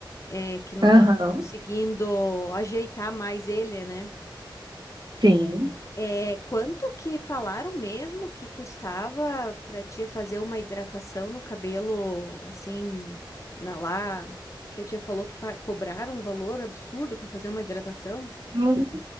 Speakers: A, on the left; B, on the right.
A: é, que não
B: aham,
A: tava conseguindo ajeitar mais ele, né?
B: sim.
A: É, quanto que falaram mesmo que custava pra tia fazer uma hidratação no cabelo, assim, na lá, que a tia falou que pa- cobraram um valor absurdo pra fazer uma hidratação?
B: Uhum.